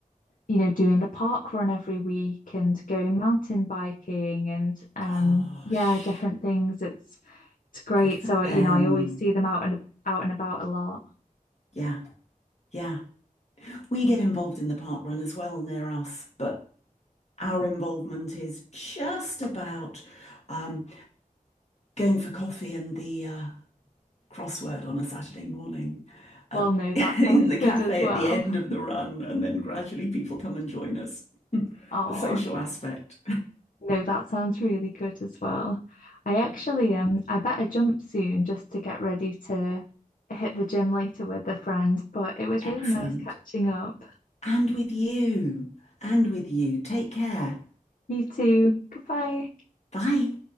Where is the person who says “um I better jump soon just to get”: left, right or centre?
Left